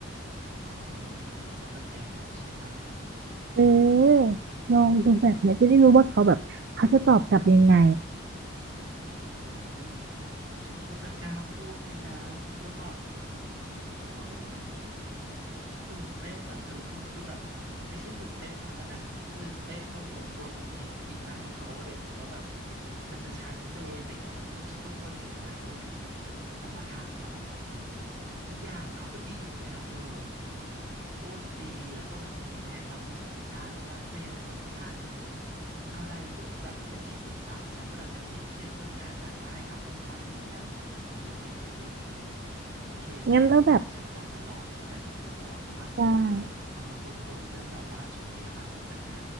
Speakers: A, on the right; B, on the right.
A: อ๋อเอาแบบแนวนี้ใช่ไหม
B: เออลองดูแบบเนี้ยจะได้รู้ว่าเขาแบบเขาจะตอบกลับยังไง
A: อืมโหยฉันก็จะกล้าพูดไหมนะฉันจะแบบเอ้ย ตื่นเต้นอ่ะเธอคือคือแบบไม่ใช่ตื่นเต้นเพราะนั้นนะตื่นเต้นเพราะเดี๋ยวกลัวแบบเห็นสีหน้าเขาอะไรอย่างเงี้ยแล้วแบบมันจะชัดเจนอย่างเงี้ยเธออุ๊ยฉันก็กลัวเสียใจพูดถึงไงเพราะว่าถามนะทุกอย่างเขาก็ดีหมดเลยนะเธอพูดดีแล้วก็แบบเหมือนแคร์ความรู้สึกฉันรักแมวเหมือนฉันอะไรก็แบบเป็นที่ปรึกษาฉันเวลาฉันเครียดๆเรื่องงานนางก็ให้คำปรึกษาดีนะ เออติดแต่เรื่องนี้โอเคแต่เธอว่าฉันฉันควรจะลองใช่ไหมควรจะลองแบบว่า
B: งั้นแล้วแบบได้
A: เออบ่นบ่นเรื่องแบบว่าช่วงนี้เราอาจมีปัญหา